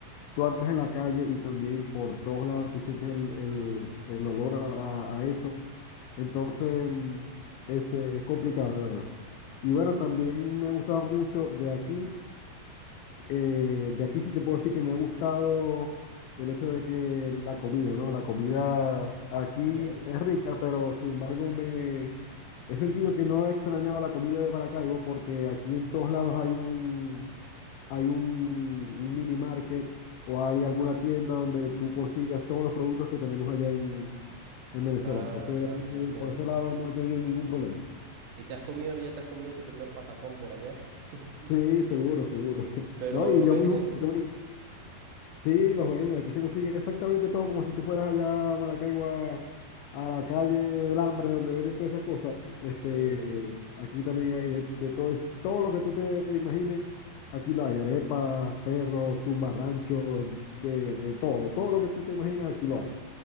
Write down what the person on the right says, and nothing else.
¿ok?
Claro,
claro,
te entiendo.
¿Y te has comido, ya te has comido tu primer patacón por allá? <laughs>
Pero
los
venden,
ok, ok.